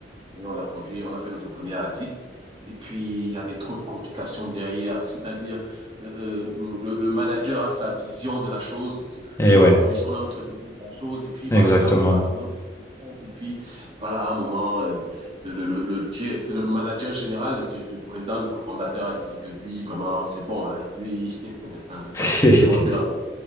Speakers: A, on the right; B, on the left.
A: on a produit, on a fait notre premier artiste. Et puis, il y avait trop de complications derrière. C'est-à-dire, euh, euh, le, le, manager a sa vision de la chose.
B: ouais,
A: Nous, la production, on a notre vision de la chose. Et puis, voilà,
B: exactement.
A: on n'arrive pas à trouver un point de compte. Et puis, voilà, à un moment, euh, le, le, le, direct, le, manager général, le, di- le président, le fondateur a dit que lui, vraiment, c'est bon. Hein, lui, <laughs>
B: <laughs>
A: il se voit plus dans